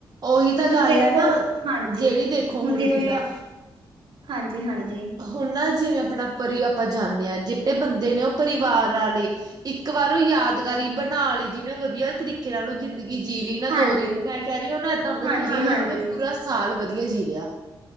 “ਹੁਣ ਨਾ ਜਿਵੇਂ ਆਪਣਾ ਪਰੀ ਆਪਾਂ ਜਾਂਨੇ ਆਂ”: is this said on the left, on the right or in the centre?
Right